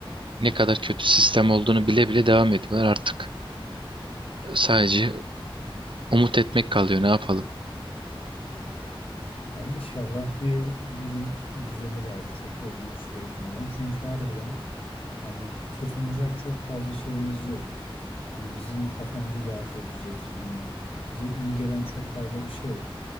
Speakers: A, on the right; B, on the left.
A: ne kadar kötü sistem olduğunu bile bile devam ediyorlar artık. Sadece umut etmek kalıyor ne yapalım.
B: Yani inşallah bir, bir gün düzelir abi çok da uzun bir süre gitmeden çünkü harbiden Hani tutunacak çok fazla şeyimiz yok. Hani bizim kafamızı dağıtabilecek, hani bize iyi gelen çok fazla bir şey yok.